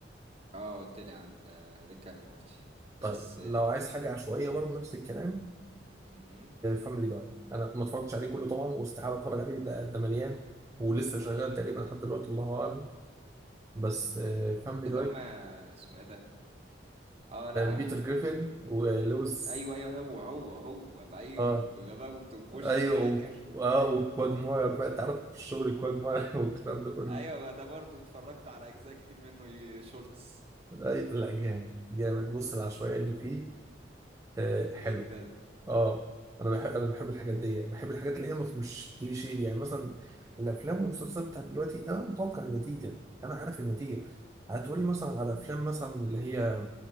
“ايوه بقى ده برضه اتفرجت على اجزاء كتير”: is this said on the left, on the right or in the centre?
Right